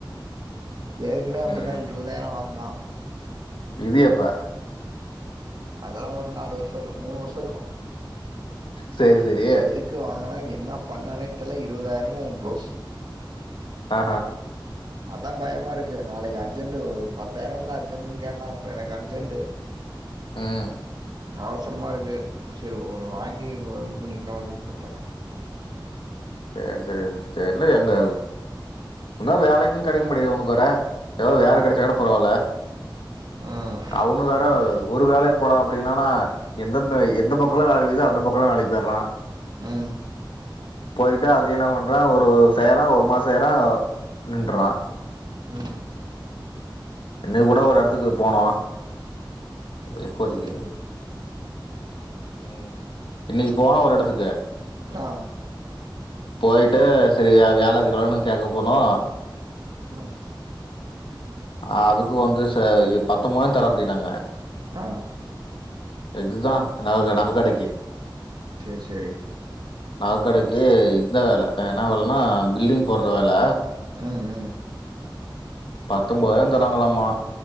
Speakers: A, on the right; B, on the left.
A: ஏற்கனவே அப்டிதா
B: ம்
A: இருவதாயிரோ வாங்குனா
B: இது எப்ப?
A: அதெல்லா ஒரு நாலு வருஷோ மூணு வருஷோ இருக்கு
B: சேரி சேரி
A: க்கு வாங்குனா என்ன பண்ணானே தெரில இருவதாயிரமு குலோஸ்
B: ஆ
A: அதாபயமா இருக்கு நாளைக்கு அர்ஜென்ட் பத்தாயிரோ வந்து அர்ஜெனட்ன்னு கேட்டான் இப்ப எனக்கு அர்ஜென்டு
B: ம்
A: அவசரமா இருக்கு சேரி வாங்கி வ இது பண்ணிக்கலா அப்டின் பாத்த
B: சேரி சேரி தெர்லயே அந்த ஒன்னா வேலைக்கு கெடைக்க மாட்டுது உனக்கு வேற எதோ ஒரு
A: ம்
B: வேல கெடச்சா கூட பரவால்ல
A: ம்
B: அவனு வேற ஒரு வேலைக் போடா அப்டின்னானா எந்தெந்த எந்த பக்கோல்லா வேல கெடைக்குதோ அந்த பக்கோல்லா வேலைக் போயர்றான்
A: ம்
B: போயிட்டு அது என்ன பண்றா ஒரு செய்றா ஒரு மாசோ செய்றா நின்ட்றான்
A: ம்
B: இன்னைக்கு கூட ஒரு எடத்துக்கு போனோ எக்கோ அடிக்குது
A: சரி சரி
B: ம் இன்னைக்கு போனோ ஒரு எடத்துக்கு
A: ஆ
B: போயிட்டு சேரி வேல செய்யலான்னு கேட்க போனோ
A: ம்
B: அதுக்கு வந்து ச பத்து மொதோ தர அப்டினாங்க
A: ஆ
B: இடுதா நக கடை நக கடைக்கு
A: சேர் சேரி
B: நக கடைக்கு இந்த வேல என்ன வேலனா பில்லிங் போட்ற வேல
A: ம் ம்
B: பத்தொம்பதாயிரோ தர்றாங்கலாமா